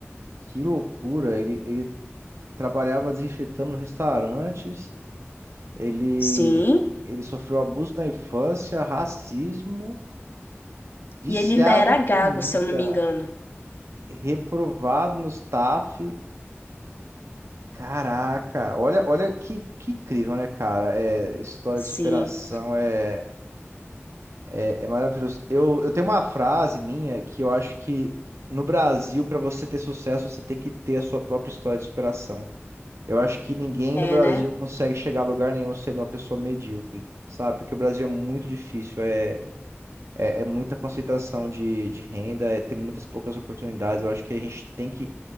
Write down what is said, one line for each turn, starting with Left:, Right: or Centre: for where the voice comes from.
Right: que loucura. Ele, ele trabalhava desinfetando restaurantes, ele,
Left: Sim.
Right: ele sofreu abuso na infância, racismo, viciado
Left: E ele ainda era
Right: em comida,
Left: gago, se eu não me engano.
Right: reprovado no staff. Caraca, olha, olha que, que incrível, né, cara? É, história
Left: Sim.
Right: de superação é, É, é maravilhoso. Eu, eu tenho uma frase minha que eu acho que no Brasil, para você ter sucesso, você tem que ter a sua própria história de superação. Eu acho que ninguém
Left: É,
Right: no Brasil
Left: né?
Right: consegue chegar a lugar nenhum sendo uma pessoa medíocre, sabe? Porque o Brasil é muito difícil, é, é, é muita concentração de, de renda, é ter muitas poucas oportunidades. Eu acho que a gente tem que,